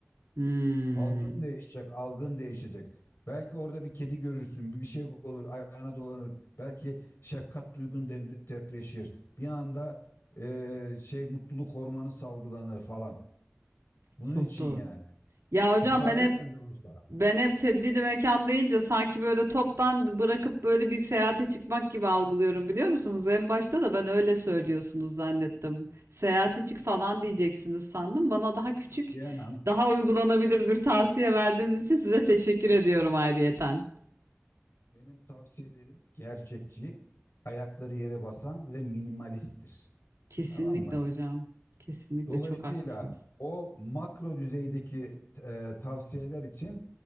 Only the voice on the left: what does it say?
Algın değişecek, algın değişecek. Belki orada bir kedi görürsün, bir bir şey olur, ayağına dolanır. Belki şefkat duygun dep- depreşir. Bir anda eee, şey mutluluk hormonu salgılanır falan. Bunun
için
yani.
Tesadüfen
de olsa
Ya
diyemem,
Benim tavsiyelerim gerçekçi, ayakları yere basan ve minimalisttir.
Tamam mı?
Dolayısıyla
o makro düzeydeki e, tavsiyeler için